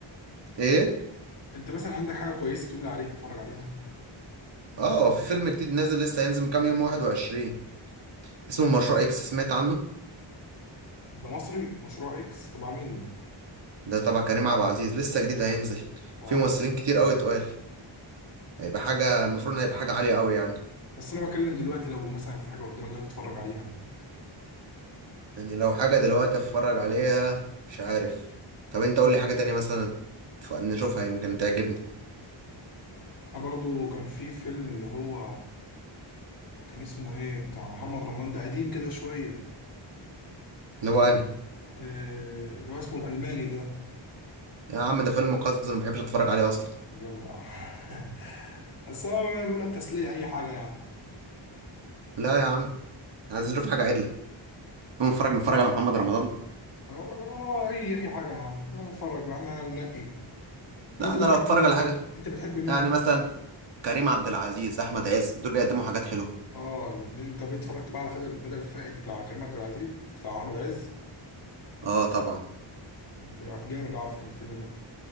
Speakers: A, on the right; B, on the left.
A: إيه
B: انت مثلا عندك حاجة كويسة تقول لي عليها اتفرج عليها
A: اه في فيلم جديد نازل لسه هينزل من كام يوم 21 اسمه مشروع اكس سمعت عنه
B: ده مصري مشروع اكس تبع مين ده
A: ده تبع كريم عبد العزيز لسه جديد هينزل
B: اه
A: في ممثلين كتير قوي اتقال هيبقى حاجة المفروض إن هيبقى حاجة عالية قوي يعني
B: بس انا بتكلم دلوقتي لو مثلا في حاجة قدامك دلوقتي تتفرج عليها
A: يعني لو حاجة دلوقتي اتفرج عليها مش عارف طب انت قول لي حاجة تانية مثلا ف- نشوفها يمكن تعجبني
B: احنا برضو كان في فيلم اللي هو كان اسمه ايه بتاع محمد رمضان ده قديم كده شوية
A: اللي هو انهي
B: آه، اللي هو اسمه الألماني ده
A: يا عم ده فيلم قذر ما بحبش اتفرج عليه اصلا
B: جدع <laughs> بس هو بيقول لك تسلية أي حاجة يعني
A: لا يا عم عايزين نشوف حاجة عدلة نقوم نتفرج نتفرج على محمد رمضان
B: أنا بقول لك أنا أي أي حاجة يا عم أنا بتفرج بقى إحنا ننقي طب
A: لا
B: انت
A: انا
B: بتحب
A: لو اتفرج
B: مين؟
A: على حاجة
B: انت بتحب مين
A: يعني
B: ولا مين؟
A: مثلا كريم عبد العزيز احمد عز دول بيقدموا حاجات حلوة
B: اه الاثنين طب انت اتفرجت بقى على بدل بدل فائد بتاع كريم عبد العزيز بتاع احمد عز
A: اه طبعا
B: ده جامد على فكره الفيلم ده